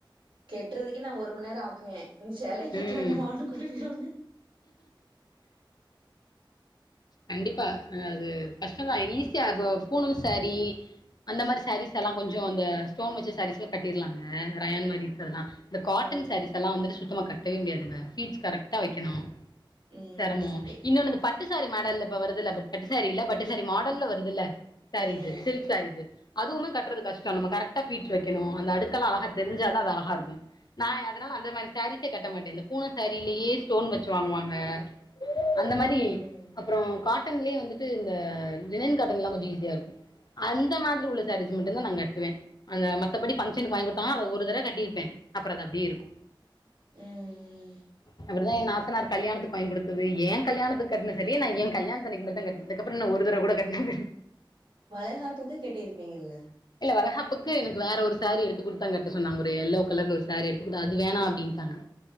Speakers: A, on the right; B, on the left.
A: கெட்டுறதுக்கே நா ஒரு மண் நேர ஆக்குவே நீ சேலயே கெட்ட
B: ம்
A: வேண்டா மானு குடு <unintelligible>
B: கண்டிப்பா அது கஷ்டந் தா ஈஸியா கோ பூண சாரி அந்த மாரி சாரீஸ்ஸெல்லா கொஞ்சோ இந்த ஸ்டோன் வச்ச சாரீஸ்ல்லா கட்டிர்லாங்க ரயான் மேரி இர்கரெல்லா இந்த காட்டன்
A: ம்
B: சாரீஸ்ஸெல்லா வந்துட்டு சுத்தமா கட்டவே முடியாதுங்க ஃபீட்ஸ் கரெக்டா வெக்கணு
A: ம்
B: செரமோ
A: எ
B: இன்னொன்னு அந்த பட்டுசாரீ மேட் டல்ல இப்ப வருதுல்ல பட்டுசாரீ இல்ல படுசாரீ மாடல்ல வருதுல்ல சாரீஸு
A: ம்
B: சில் கு சாரீஸு அதுவ்மே கட்றது கஷ்டோ நம்ம கரெக்டா பீட்ஸ் வெக்கணு அந்த அடுக்கெல்லா அழகா தெரிஞ்சாதா அது அழகா இருக்கு நா அதனால அந்த மாரி சாரீஸே கட்ட மாட்டே இந்த பூன சாரீலேயே ஸ்டோன் வச்சி வாங்குவாங்க அந்த மாரி
A: ம்
B: அப்றோ காட்டன்லயே வந்துட்டு இந்த லினன் காட்டன்ல்லா கொஞ்சோ ஈஸியா இருக்கு அந்த மாதிரி உள்ள சாரீஸ் மட்டுந்தா நா கட்டுவே அத மத்தபடி ஃபங்க்ஷனுக்கு வாங்கி குட்டாங்கன அத ஒரு தரவ கட்டியிருப்பே அப்பற அது அப்டியே இருக்கு
A: ம்
B: அப்டிதா ஏ நாத்தனாரு கல்யாணத்துக்கு வாங்கி குடுத்தது ஏ கல்யாணத்துக்கு கட்ன சாரீயே நா ஏ கல்யாணத்தண்ணிக்கு மட்தா கட் அதுக்கப்பற நா ஒரு தரவ கூட கட்னதில்
A: வளெகாப்புக்கு கெட்டியிருப்பீங்கல்ல
B: இல்ல வளகாப்புக்கு எனக்கு வேற ஒரு சேரீ எடுத்து குடுத்தா கட்ட சொன்னாங்க ஒரு எல்லோ கலர்ல ஒரு சேரீ எடுத் குடுத் அது வேணா அப்டின்ட்டாங்க